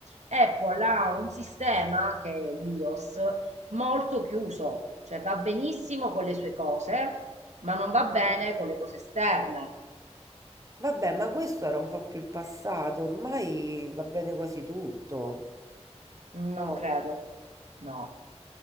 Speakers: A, on the right; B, on the right.
A: Apple ha un sistema che è l'iOS molto chiuso, cioè va benissimo con le sue cose, ma non va bene
B: eh.
A: con le cose esterne.
B: Vabbè, ma questo era un po' più il passato, ormai va bene quasi tutto.
A: Non
B: No.
A: credo, no.